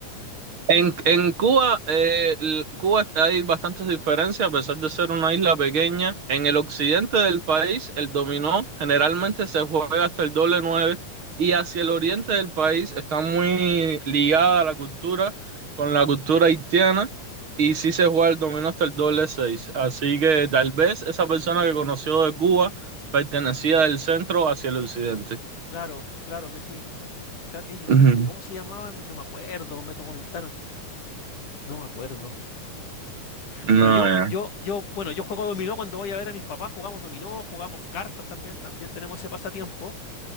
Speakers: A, on the right; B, on the left.
A: En, en Cuba, eh, l- Cuba hay bastantes diferencias, a pesar de ser una isla pequeña. En el occidente del país, el dominó generalmente se juega hasta el doble nueve y hacia el oriente del país está muy ligada a la cultura, con la cultura haitiana, y sí se juega el dominó hasta el doble seis. Así que
B: Mm.
A: tal vez esa persona que conoció de Cuba pertenecía del centro hacia el occidente.
B: Claro, claro que sí. Claro, ellos eran
A: Ujú.
B: de, ¿cómo se llamaban? No me acuerdo, me comentaron. No me acuerdo.
A: No,
B: Bueno, yo,
A: ya.
B: yo, yo, bueno, yo juego dominó cuando voy a ver a mis papás, jugamos dominó, jugamos cartas también, también tenemos ese pasatiempo.